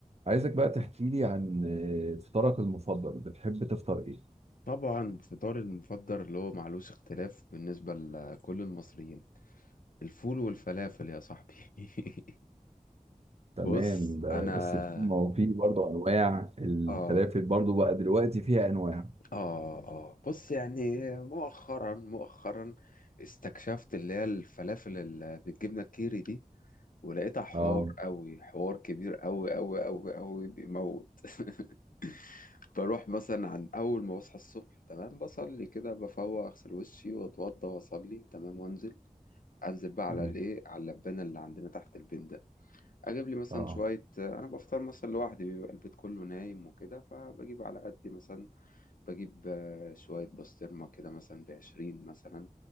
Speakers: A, on the right (about 50°); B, on the left (about 80°).
A: عايزك بقى تحكي لي عن آه، فطارك المفضل بتحب تفطر ايه
B: طبعا فطاري المفضل اللي هو معلوش اختلاف بالنسبة لكل المصريين الفول والفلافل يا صاحبي <laughs>
A: تمام
B: بص
A: ب-
B: انا
A: بس ما هو في برضه انواع الفلافل
B: اه
A: برضه بقى دلوقتي فيها انواع
B: اه اه بص يعني مؤخرا مؤخرا استكشفت اللي هي الفلافل اللي بالجبنة الكيري دي ولقيتها حوار
A: اه
B: قوي حوار كبير قوي قوي قوي قوي بيموت <laughs> بروح مثلا عن اول ما بصحى الصبح تمام بصلي كده بفوق اغسل وشي واتوضى واصلي تمام وانزل انزل بقى
A: تمام
B: على الايه على اللبانه اللي عندنا تحت البيت ده اجيب لي مثلا
A: اه
B: شويه انا بفطر مثلا لوحدي بيبقى البيت كله نايم وكده فبجيب على قدي مثلا بجيب آه، شويه بسطرمه كده مثلا بعشرين مثلا